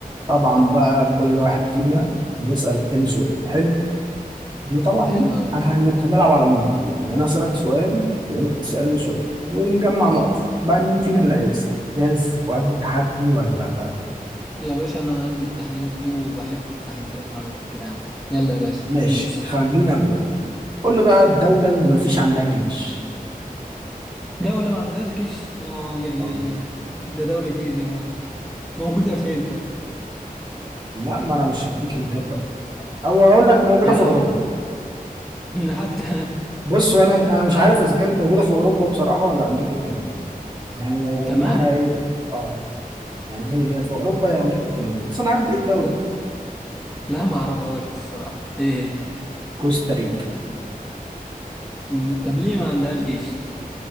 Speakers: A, on the right; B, in the centre.
A: طبعا بقى كل واحد فينا هيسأل التاني سؤال حلو دي طبعا
B: حلو أوي
A: هن- هنلعب على العموم يعني انا اسألك سؤال وانت تسألني سؤال ونجمع نقط بقى مين فينا اللي هيكسب جاهز وقد التحدي ولا لا
B: يا باشا أنا قد التحديات دي وبحب التحديات على فكرة يعني يلا يا باشا
A: ماشي
B: دوس
A: خلينا ابدا قول لي بقى الدولة اللي مفيش عندها جيش
B: دولة ما عندهاش جيش آه يا يا
A: طب،
B: يا يا ده دولة إيه دي بقى؟ موجودة فين طب؟
A: لا ما انا مش هديك هنتات بقى او هقول لك موجودة
B: يا
A: في
B: عم
A: اوروبا
B: <laughs> حتى
A: بص وانا انا مش عارف اذا كانت موجودة في اوروبا بصراحة ولا امريكا الجنوبية يعني
B: كمان
A: الناحية ايه آه، يعني هي في اوروبا يا امريكا الجنوبيه بس انا عارف ايه الدوله
B: لا لا، ما أعرفهاش الصراحة إيه هي؟
A: كوستاريكا
B: مم، طب ليه ما عندهاش جيش؟